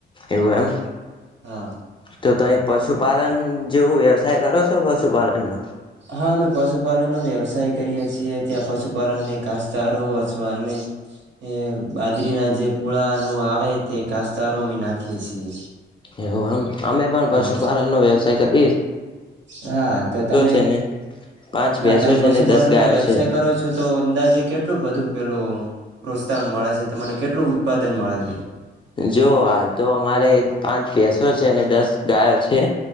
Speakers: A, on the left (about 25°); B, on the right (about 75°).
A: એવું એમ
B: હા
A: જો ત પશુપાલન જેવું વ્યવસાય કરો તો પશુ પાલન ન
B: હા અમે પશુપાલનનો વ્યવસાય કરીએ છીએ ત્યાં પશુ પલન ને કાસારો અથવાને એ બાજરી ના જે પૂળા ન આવે તે કાસચારોી નાખીએ છીએ
A: એવું આમ અમે પણ
B: હા
A: પશુપાલનનોો વ્યવસાય કરી
B: હા તો તમે
A: છે ને પાંચ
B: હા
A: ભેંસો
B: તમે પશુપાલન
A: છે ને દસ ગાયો
B: નો વ્યવસાય
A: છે
B: કરો છો તો અંદાજે કેટલું બધું પેલું પ્રોત્સાહન મળે છે તમને કેટલું ઉત્પાદન મળે છે
A: જો હાલ તો અમારે પાંચ દિવસ છે ને દસ ગ અ છે